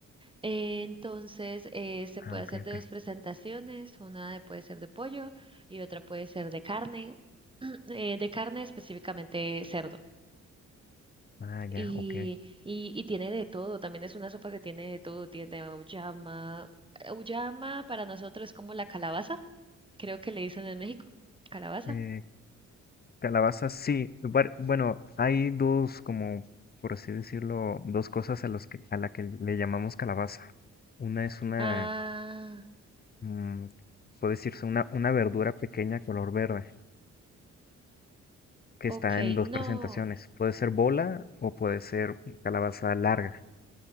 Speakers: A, on the right; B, on the left.
A: Eh, Entonces, eh, se puede
B: ah, ok,
A: hacer
B: ok.
A: de dos presentaciones, una de- puede ser de pollo y otra puede ser de carne, <clears throat> eh, de carne específicamente cerdo.
B: Ah, ya,
A: Y,
B: ok.
A: y, y tiene de todo, también es una sopa que tiene de todo, tiene auyama. Auyama para nosotros es como la calabaza, creo que le dicen en México, calabaza.
B: Eh, calabazas, sí. var- Bueno, hay dos, como por así decirlo, dos cosas a los que, a la que le llamamos calabaza. Una es una
A: Ah,
B: mm, puede decirse una, una verdura pequeña color verde que está
A: ok,
B: en dos
A: no.
B: presentaciones. Puede ser bola o puede ser calabaza larga.